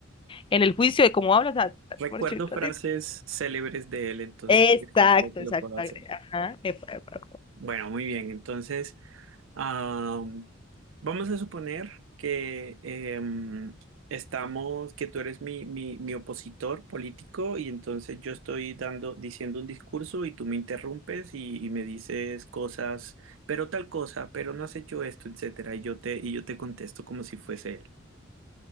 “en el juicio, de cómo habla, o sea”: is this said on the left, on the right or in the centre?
Left